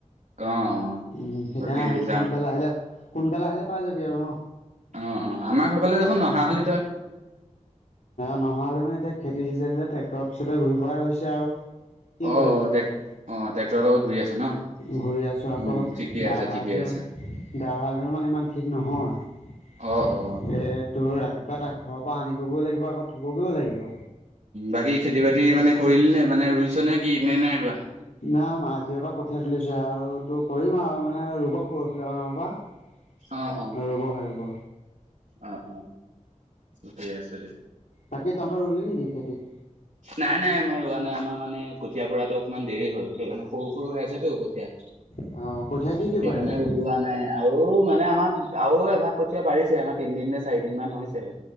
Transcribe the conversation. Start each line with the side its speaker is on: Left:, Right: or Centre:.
Right: অ', অ',
Left: উম সেইকাৰণে
Right: বাকী
Left: আহিবি
Right: যাম
Left: সোন কালে আহিলে সোনকালে আহিলে পাই যাবি আৰু ন
Right: অ', অ', আমাৰ ঘৰ ফালে দেখোন নহা হলি তই
Left: নহা হলি মানে এতিয়া খেতি চিজন যে ট্ৰেক্টৰৰ পিছতে ঘূৰি ফূৰাই হৈছে আৰু কি
Right: অ',
Left: কৰিবি
Right: অ'
Left: ন
Right: টে অ', ট্ৰেক্টৰৰ লগত ঘূৰি আছো ন
Left: ঘূৰি আছোঁ আকৌ
Right: উম ঠিকে
Left: ড্ৰাইভাৰজন
Right: আছে ঠিকে আছে
Left: ড্ৰাইভাৰজনো মানে ইমান ঠিক নহয় এ
Right: অ অ
Left: তোৰ ৰাতিপুৱা তাক ঘৰৰ পৰা আনিবগৈও লাগিব আকৌ থবগৈও লাগিব
Right: বাকী খেতি বাতি মানে কৰিল নে মানে ৰুইছ নে কি নে নাই ৰোৱা
Left: না আজিৰ পৰা কঠিয়াই তুলিছে আৰু তোৰ কৰিম আৰু মানে ৰুব পৰহিলৈ মানৰ পৰা
Right: অ অ
Left: ৰ'ব হে ৰব
Right: অ', অ', ঠিকেইে আছে দে
Left: তাকে তহত ৰুলি নেকি খেতি
Right: নাই, নাই আমাৰ ৰোৱা নাই আমাৰ মানে কঠিয়ীয়া পৰাতটো অকণমান দেৰি হ'ল সেইকাৰণে সৰু সৰু হৈ আছেতো কঠীয়া
Left: অ', কঠীয়া কি
Right: অ
Left: কি
Right: সেইকাৰণে
Left: পাৰিলি
Right: ৰোৱা নাই আৰু মানে আমাৰ আৰু এভাগ কঠিয়া পাৰিছে আমাৰ তিনদিন নে চাৰি দিন মান হৈছে